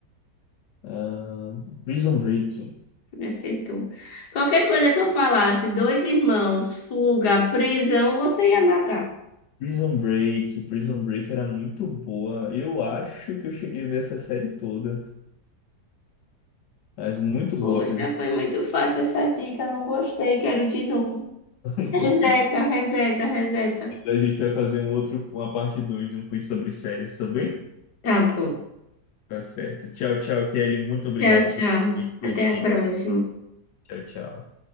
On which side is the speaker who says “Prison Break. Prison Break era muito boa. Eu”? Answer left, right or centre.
Left